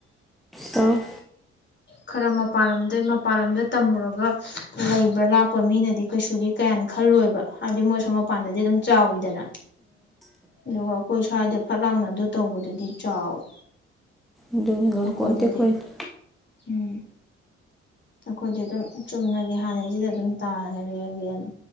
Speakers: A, in the centre; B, on the left (about 30°).
A: ꯇꯧ
B: ꯈꯔ ꯃꯄꯜ ꯂꯝꯗꯩ ꯃꯄꯥꯟ ꯂꯝꯗ ꯇꯝꯃꯨꯔꯒ ꯂꯩꯕ꯭ꯔꯥ ꯂꯥꯛꯄ ꯃꯤꯅꯗꯤ ꯀꯩꯁꯨꯗꯤ ꯀꯌꯥꯅ ꯈꯜꯂꯣꯏꯕ ꯍꯥꯏꯗꯤ ꯃꯣꯏ ꯁꯣꯝ ꯃꯄꯥꯟꯗꯗꯤ ꯑꯗꯨꯝ ꯆꯥꯎꯋꯤꯗꯅ ꯑꯗꯨꯒ ꯑꯩꯈꯣꯏ ꯁ꯭ꯋꯥꯏꯗ ꯐꯠ ꯂꯥꯎꯅ ꯑꯗꯨ ꯇꯧꯕꯗꯨꯗꯤ ꯆꯥꯎꯋꯦ
A: ꯑꯗꯨꯒ ꯉꯝꯄꯣꯠꯇꯦ
B: ꯑꯩꯈꯣꯏꯗꯗꯤ
A: ꯑꯈꯣꯏꯅ
B: ꯎꯝ ꯑꯩꯈꯣꯏꯗꯤ ꯑꯗꯨꯝ ꯆꯨꯝꯅꯒꯦ ꯍꯥꯟꯅꯩꯁꯤꯗ ꯑꯗꯨꯝ ꯇꯥꯍꯔꯒꯦꯅ